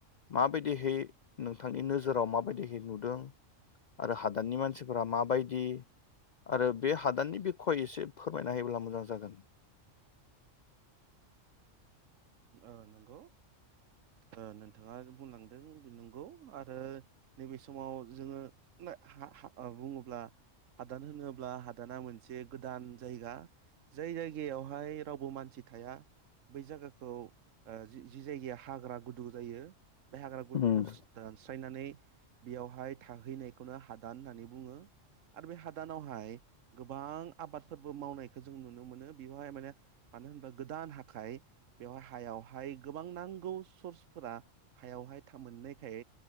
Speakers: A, on the left; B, on the right.
A: माबायदिहै नोंथांनि नोजोराव माबायदिहै नुदों आरो हादाननि मानसिफोरा माबायदि आरो बे हादाननि बिखय एसे फोर फोरमायना होयोब्ला मोजां जागोन।
B: ओ नंगौ ओ नोंथाङा बुंलांदों नंगौ आरो नैबे समाव जोङो नाय हा हा ओ‌ बुङो ब्ला हादान होनोब ब्ला हाद दाना मोनसे गोदान जायगा जाय जायगायावहाय रावबो मानसि थाया । बै जागाखौ ओ जि जि जायगाया हाग्रा गुदु जायो बे हाग्रा गुदुखौ
A: उम
B: दानस्रायनानै बेयावहाय थाहैनायखौनो हादान होननानै बुङो आरो बे हादानावहाय गोबां आबादफोरबो मावनायखौ जों नुनो मोनो बेवहाय माने मानो होनबा गोदान हाखाइ बेवहाय हायावहाय गोबां नांगौ सर्सफोरा हायावहाय थामोननायखाय